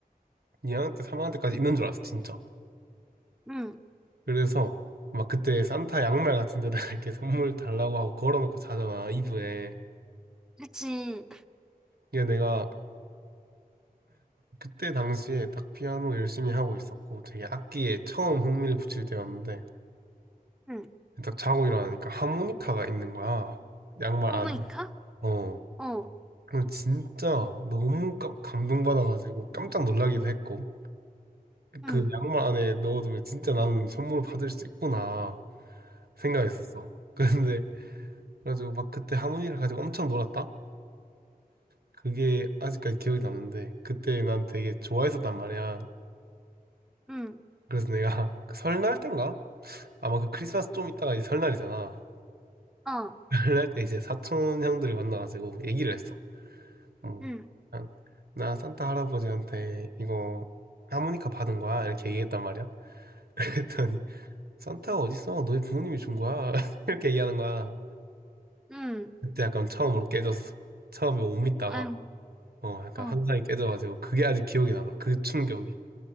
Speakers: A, on the right; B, in the centre.
A: 2학년 때 3학년 때까지 있는 줄 알았어, 진짜.
B: 응.
A: 그래서 막 그때 산타 양말 같은 데다가 이렇게 선물 달라고 하고 걸어놓고 자잖아, 이브에.
B: 그치.
A: 이게 내가 그때 당시에 딱 피아노 열심히 하고 있었고 되게 악기에 처음 흥미를 붙일 때였는데
B: 응.
A: 딱 자고 일어나니까 하모니카가 있는 거야. 양말
B: 하모니카
A: 안에. 어.
B: 어,
A: 그럼 진짜 너무 깜, 감동받아가지고 깜짝 놀라기도 했고
B: 응,
A: 그 양말 안에 넣어두면 진짜 나는 선물을 받을 수 있구나 생각했었어. <laughs> 그런데 그래가지고 막 그때 하모니를 가지고 엄청 놀았다. 그게 아직까지 기억이 남는데 그때 난 되게 좋아했었단 말이야.
B: 응,
A: 그래서 내가 <laughs> 그 설날 땐가? 아마 그 크리스마스 좀 있다가 이제 설날이잖아.
B: 어,
A: <laughs> 설날 때 이제 사촌 형들을 만나가지고 얘기를 했어. 어,
B: 응,
A: 난- 나 산타 할아버지한테 이거 하모니카 받은 거야 이렇게 얘기했단 말이야. <laughs> 그랬더니 산타가 어딨어? 너희 부모님이 준 거야 <laughs> 이렇게 얘기하는 거야.
B: 응.
A: 그때 약간 처음으로 깨졌어. 처음에 못 믿다가
B: 아유,
A: 어 약간
B: 어.
A: 환상이 깨져가지고 그게 아직 기억이 남아. 그 충격이.